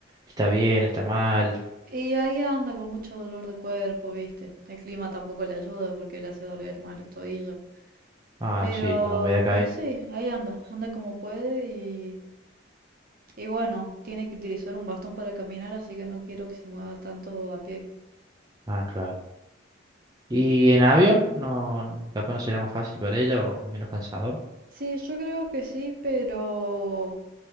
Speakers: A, on the right (about 20°); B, on the right (about 45°).
A: está bien? ¿Está mal?
B: Y ahí anda con mucho dolor de cuerpo, viste. El clima tampoco le ayuda porque le hace doler más los tobillos.
A: Ah,
B: Pero,
A: sí, con la humedad que
B: pero
A: hay.
B: sí, ahí anda, anda como puede y, y bueno, tiene que utilizar un bastón para caminar, así que no quiero que se mueva tanto a pie.
A: Ah, claro. ¿Y en avión? No, capaz no será más fácil para ella o menos cansador.
B: Sí, yo creo que sí, pero